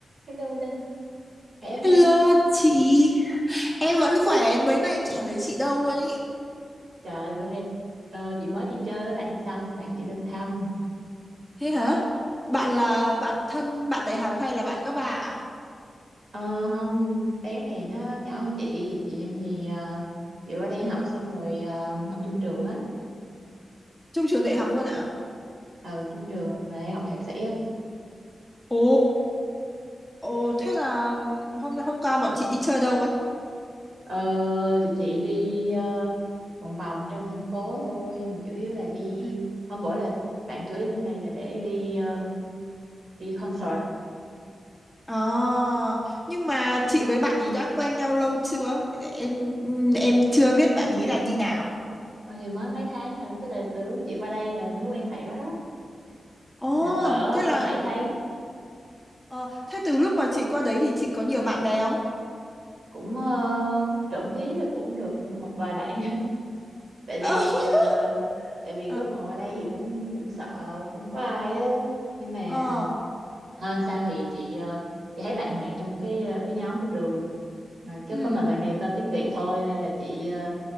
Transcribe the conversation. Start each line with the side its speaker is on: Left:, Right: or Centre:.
Right: Hello Linh, khỏe không
Centre: Hello
Right: em?
Centre: chị, em vẫn khỏe, mấy nay em chả thấy chị đâu luôn ý.
Right: Trời, bữa nay ờ, chị mới đi chơi với bạn xong, bạn chị lên thăm.
Centre: Thế hả? Bạn là bạn thân, bạn đại học hay là bạn các bà ạ?
Right: Ờ, không, bé này nó nhỏ hơn chị, thì chị thì ờ, chị qua đây học xong rồi ờ, học chung trường á,
Centre: Chung trường đại học luôn ạ?
Right: ừ, chung trường mà em học thạc sĩ á.
Centre: Ồ, ồ thế là hôm hôm qua bọn chị đi chơi đâu ấy?
Right: Ờ, tụi chị đi ờ, vòng vòng trong thành phố thôi, mà chủ yếu là đi,
Centre: Ừ.
Right: hôm bữa là bạn chủ yếu lên đây là để đi ờ, đi concert.
Centre: À, nhưng mà chị với bạn ý đã quen nhau lâu chưa? Em em chưa biết bạn ý là như nào.
Right: Ờ, thì mới mấy tháng rồi, tức là từ lúc chị qua đây là mới quen bạn đó đó,
Centre: Ồ,
Right: là cỡ
Centre: thế là
Right: bảy tháng
Centre: ờ, thế từ lúc mà chị qua đấy thì chị có nhiều bạn bè không?
Right: cũng ờ, trộm vía thì cũng được một vài bạn <laughs> tại
Centre: <laughs>
Right: vì ờ, tại vì
Centre: Ờ,
Right: lúc mà qua đây thì cũng cũng sợ không có ai á nhưng mà
Centre: ờ,
Right: hơn sao thì chị ờ, chị thấy bạn này trong cái ờ, cái nhóm của trường mà chứ
Centre: ừ.
Right: có mà bạn này tên tiếng Việt thôi nên là chị ờ,